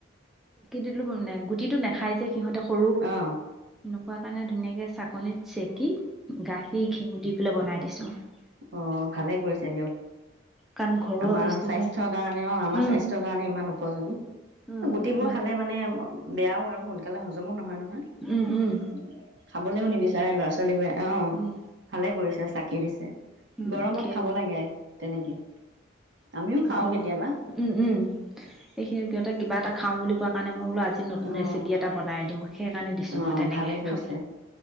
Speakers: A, in the centre; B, on the right.
A: দিলো মানে গুটিটো নখাই যে সিহঁতে সৰু
B: অ'
A: খোৱা কাৰণে ধুনীয়াকে চাকনিত চেকি গাখীৰ ঘিউ দি পেলাই বনাই দিছ <unintelligible>
B: অঁ ভালে কৰিছে দিয়ক
A: কাৰণ ঘৰুৱা
B: আমাৰ
A: বস্তু
B: স্বাস্থ্যৰ
A: হয়
B: কাৰণে অঁ আমাৰ
A: উম
B: স্বাস্থ্যৰ কাৰণে ইমান উপযোগী
A: উম
B: গুটিবোৰ
A: মান
B: খালে মানে বেয়াও আৰু সোনকালে সজমো নহয় ন
A: উম উম
B: খাবলৈও নিবিচাৰে ল'ৰা ছোৱালী বোৰে অঁ
A: উম
B: ভালে কৰিছে তাকেই দিছে
A: উম
B: গৰমত
A: সেই
B: খাব লাগে তেনেকে আমিও খাওঁ
A: ঘৰুৱা
B: কেতিয়াবা।
A: উম উম এইখিনি সিহতে কিবা এটা খাওঁ বুলি কোৱা কাৰণেই মই বোলো আজি নতুন
B: অ'
A: ৰেচিপি এটা বনাই দিওঁ সেইকাৰণে দিছো
B: অ'
A: মই তেনেকে
B: ভালে কৰিছে।
A: খাবলে